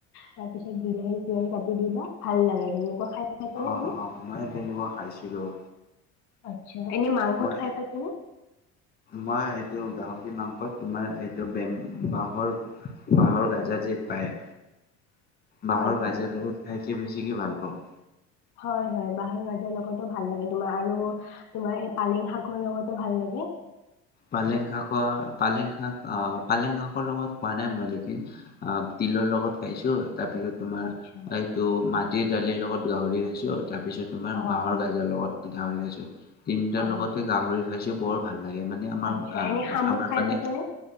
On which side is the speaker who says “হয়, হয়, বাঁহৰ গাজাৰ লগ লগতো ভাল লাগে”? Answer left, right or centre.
Left